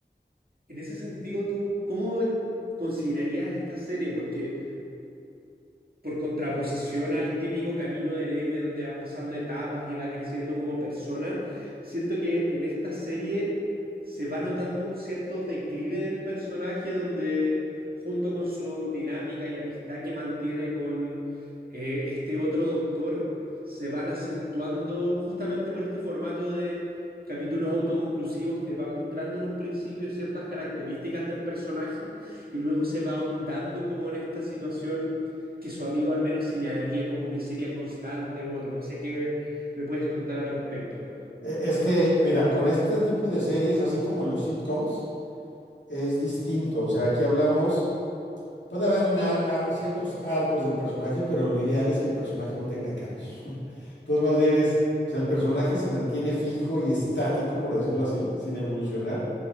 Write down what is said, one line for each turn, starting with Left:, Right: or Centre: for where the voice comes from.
Right: En ese sentido, ¿tú cómo considerarías esta serie? Porque por contraposición al típico camino del héroe donde va pasando etapas y va creciendo como persona, siento que en esta serie se va notando un cierto declive del personaje donde junto con su dinámica y amistad que mantiene con eh, este otro doctor, se van acentuando justamente por este formato de capítulos autoconclusivos, te va mostrando en un principio ciertas características del personaje y luego se va ahondando como en esta situación que su amigo al menos señalaría como miseria constante u otro. No sé qué me, me puedes contar al respecto.
Left: E- Es que, mira, con este tipo de series, así como los sitcoms, es distinto. O sea, aquí hablamos, puede haber nar- ar- ciertos arcos del personaje, pero lo ideal es que el personaje no tenga cambios. <laughs> Entonces, más bien es, o sea, el personaje se mantiene fijo y estático, por decirlo así, sin evolucionar.